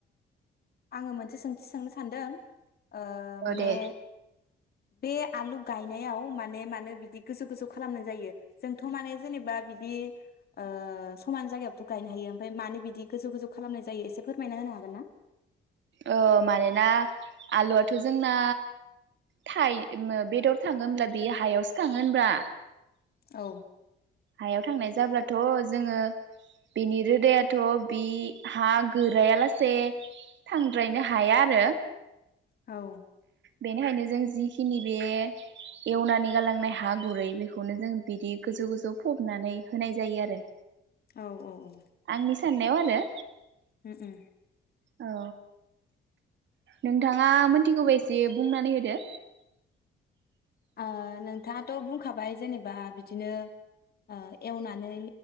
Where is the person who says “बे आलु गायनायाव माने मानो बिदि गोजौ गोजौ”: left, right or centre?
Left